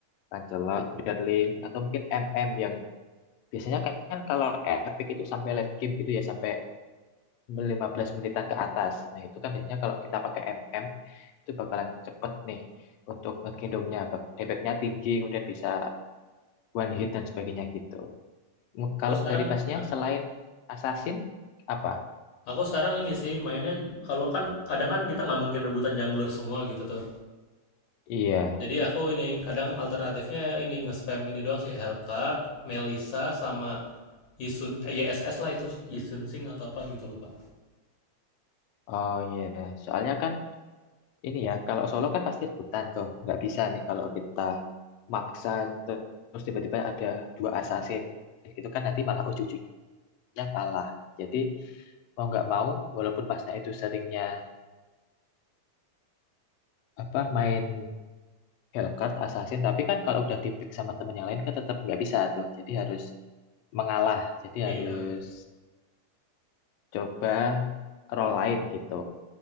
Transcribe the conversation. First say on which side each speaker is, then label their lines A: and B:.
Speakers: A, on the left; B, on the left.
A: Lancelot, kemudian Link, atau mungkin MM yang Biasanya kan kan kalau epic itu sampai late game gitu ya, sampai 15 menitan ke atas. Nah, itu kan biasanya kalau kita pakai MM, itu bakalan cepet nih untuk ngegendongnya. Bak- Damage-nya tinggi, kemudian bisa one hit dan sebagainya gitu. M-
B: Aku
A: Kalau
B: sekarang,
A: dari masnya,
B: Hah?
A: selain Assassin, apa?
B: aku sekarang ini sih mainnya kalau kan kadang kan kita nggak mungkin rebutan jungler semua gitu tuh.
A: Iya,
B: Jadi aku ini kadang alternatifnya ini nge-spam ini doang sih Hellcat, Melisa sama Yisun, eh, YSS lah itu Yisun Sing atau apa gitu lupa.
A: oh iya. Soalnya kan ini ya, kalau solo kan pasti rebutan tuh. Nggak bisa nih kalau kita maksa terus tiba-tiba ada dua assassin gitu kan nanti malah ujung-ujungnya kalah. Jadi mau nggak mau walaupun masnya itu seringnya apa main Hellcurt Assassin tapi kan kalau udah dipick sama temen yang lain kan tetap nggak bisa tuh jadi harus mengalah jadi
B: Iya.
A: harus coba role lain gitu